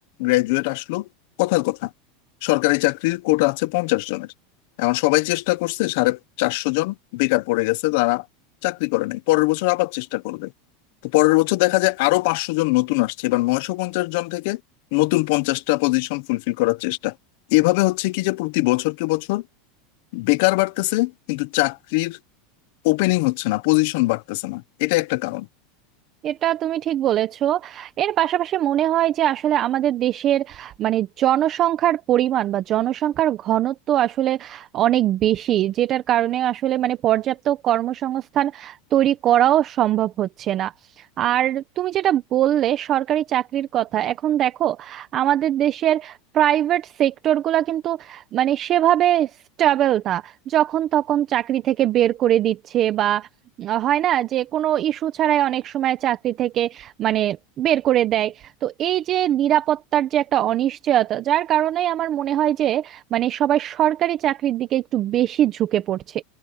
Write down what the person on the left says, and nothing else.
গ্রাজুয়েট আসলো কথার কথা সরকারি চাকরির কোটা আছে পঞ্চাশ জনের এখন সবাই চেষ্টা করছে সাড়ে চারশো জন বেকার পড়ে গেছে তারা চাকরি করে নাই পরের বছর আবার চেষ্টা করবে তো পরের বছর দেখা যায় আরো পাঁচশো জন নতুন আসছে এবার নয়শো পঞ্চাশ জন থেকে নতুন পঞ্চাশটা পজিশন ফুলফিল করার চেষ্টা এভাবে হচ্ছে কি যে প্রতি বছরকে বছর বেকার বাড়তেছে কিন্তু চাকরির ওপেনিং হচ্ছে না পজিশন বাড়তেছে না এটা একটা কারণ